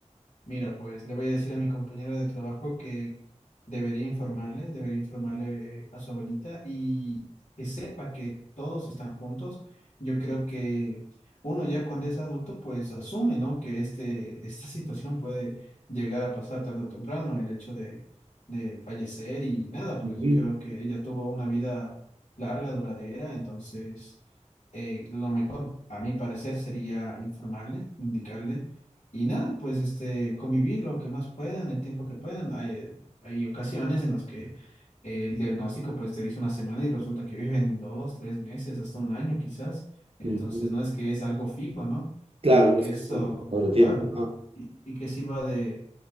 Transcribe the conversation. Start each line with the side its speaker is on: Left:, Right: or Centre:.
Left: Mira, pues le voy a decir a mi compañero de trabajo que debería informarle, debería informarle a su abuelita y que sepa que todos están juntos. Yo creo que uno ya cuando es adulto, pues asume, ¿no? Que este, esta situación puede llegar a pasar tarde o temprano, el hecho de, de fallecer y nada, pues
Right: Ujú,
Left: creo que ella tuvo una vida larga, duradera, entonces eh, lo mejor a mi parecer sería informarle, indicarle y nada, pues este, convivir lo que más puedan, el tiempo que puedan. Hay, eh, hay ocasiones en las que eh, el diagnóstico pues te dice una semana y resulta que <laughs> viven dos, tres meses, hasta un año quizás. Entonces
Right: ujú.
Left: no es que es algo fijo, ¿no?
Right: Claro,
Left: Y
Right: no
Left: que
Right: es que
Left: eso,
Right: esté un poquito de tiempo,
Left: claro,
Right: ¿no?
Left: y, y que sirva de,